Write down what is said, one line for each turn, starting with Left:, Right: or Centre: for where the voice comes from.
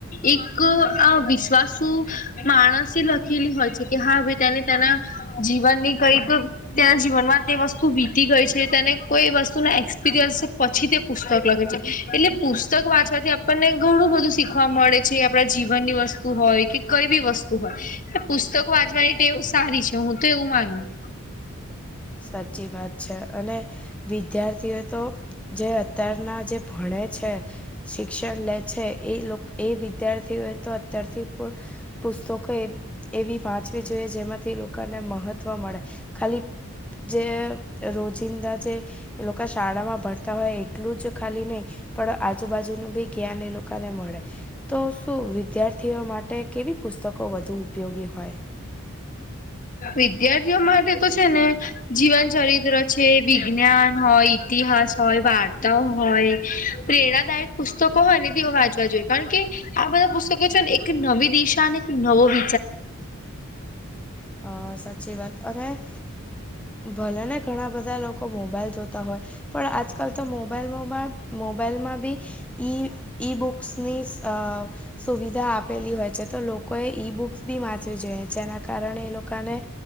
Left: એક આ વિશ્વાસુ માણસ લખેલી હોય છે, કે હા ભાઈ તેને તેના જીવનની કઈક ત્યાં જીવનમાં તે વસ્તુ વી એ ગઈ છે, તેને કોઈ વસ્તુના એક્સપિરિયન્સ છે. પછી તે પુસ્તક લખે છે. એટલે પુસ્તક વાંચવાથી આપ આપણને ઘણું બધું શીખવા મળે છે. આપણા જીવનની વસ્તુ હોય કે કઈ બી વસ્તુ હોય. પુસ્તકો વાંચવાની ટેવ સારી છે. હું તો એવું માનું.
Centre: સાચી વાત છે. અને વિદ્યાર્થીઓ તો જે અત્યારના જે ભણે છે. શિક્ષણ લે છે. એ એ વિદ્યાર્થીઓ એ તો અત્યારથી પુસ્તકો એવી વાંચવી જોઈએ, જેમાંથી લોકોને મહત્વ મળે ખાલી જે રોજિંદા જે એ લોકો શાળામાં ભણતા હોય, એટલું જ ખાલી નહીં. પણ આજુબાજુનું બી જ્ઞાન એ લોકોને મળે, તો શું? વિદ્યાર્થીઓ માટે કેવી પુસ્તકો વધુ ઉપયોગી હોય.
Left: વિદ્યાર્થીઓ માટે તો છે ને જીવન ચલિત્ર ચિત્ર છે બી. વિજ્ઞાન હોય, ઈતિહાસ હોય, વાર્તા હોય, પ્રેરણાદાયક પુસ્તકો હોય ને તેઓ વાંચવા જોઈએ. કારણ કે આ બધા પુસ્તકો છે ને, એક નવી દિશા અને એક નવો <unintelligible>
Centre: અ સાચી વાત. અરે! ભલેને ઘણા બધા લોકો મોબાઈલ જોતા હોય, પણ આજકાલ તો મોબાઈલમાં પન મોબાઈલમાં બી ઈ, ઈ બુક્સની સ સુવિધા આપેલી હોય છે, તો લોકોએ ઈ બુક્સ બી વાંચવી જોઈએ. જેના કારણે લોકોને